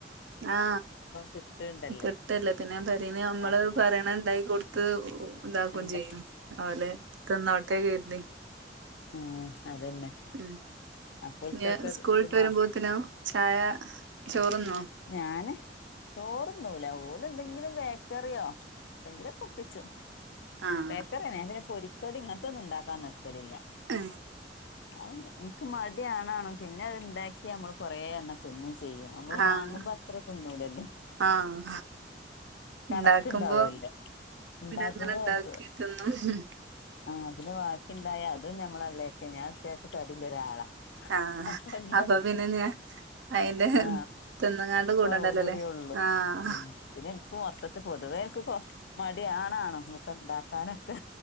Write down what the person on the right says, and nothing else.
ആ
കിട്ട ല്ലേ പിന്നെ പെരെന്ന് നമ്മള്
പറയണ ത്ണ്ടാക്കി കൊടുത്ത് താക്കും
ചെയ്യും അതുപോലെ തിന്നോട്ടേ കരുതി.
ഉം
ഇഞ്ഞ് സ്കൂളിട്ട്
വരുമ്പോത്തിനോ ചായ ചോറുന്നോ
ആഹ്
ആ
ആഹ്
ആഹ്
ഇണ്ടാക്കുമ്പോ
പിന്നെ അങ്ങനെ ഇണ്ടാക്കി
തിന്നും
ആഹ്
അപ്പൊ പിന്നെ ഞാൻ അയിന്റെ
തിന്നുങ്ങാണ്ട് കൂടണ്ടല്ലോല്ലേ
ആഹ്